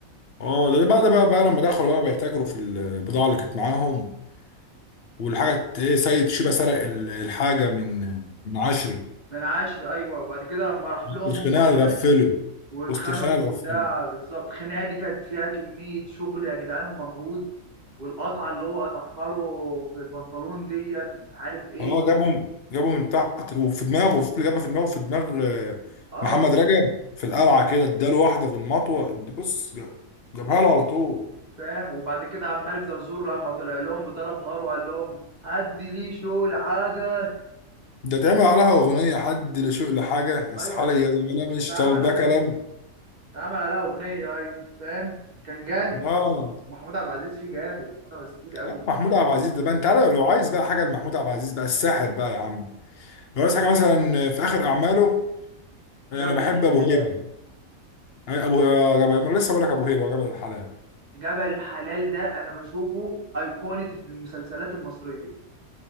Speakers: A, on the left; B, on the right.
A: اه ده, ده بعد بقى بقى لما دخلوا بقى بيتاجروا في البضاعه اللي كانت معاهم والحاجه ايه سيد شيبه سرق ال- الحاجه من من عشري
B: من عشر ايوه وبعد كده لما راح
A: وسط
B: لهم
A: الخناقه
B: هو هناك
A: اتغفلوا
B: واتخانقوا
A: وسط الخناقه
B: في
A: اتغفلوا
B: البتاع بالظبط الخناقه دي كانت فيها كميه شغل يا جدعان ومجهود والقطعه اللي هو قطعها له في البنطلون ديت مش عارف ايه
A: اه جابهم جابهم من تحت وفي دماغه وسط اللي جابها في دماغه في دماغ آه،
B: اه
A: محمد رجب في القلعه كده اداله واحده في المطوه بص جابها له على طول
B: فاهم وبعد كده عبد الملك زرزور لما طلع لهم وضرب نار وقال لهم هدي لي شو لحاجه
A: ده تعمل عليها اغنيه حد لشوق لحاجه اصحى
B: ايوه ده
A: لي يا زميلة مش
B: اتعمل
A: طالبه
B: عليها
A: كلام
B: اتعمل عليها اغنيه ايوه فاهم كان جامد
A: اه
B: الصراحه محمود عبد العزيز فيه جامد محمود عبد العزيز تقيل قوي
A: يا محمود عبد العزيز ده بقى انت عارف لو عايز بقى حاجه لمحمود عبد العزيز بقى الساحر بقى يا عم لو عايز حاجه مثلا في اخر اعماله
B: جبل
A: انا بحب
B: الحلال
A: ابو هيبه أي- ابو آه، جبل ما أنا لسه بقول لك ابو هيبه وجبل الحلال
B: جبل الحلال ده انا بشوفه ايقونه المسلسلات المصريه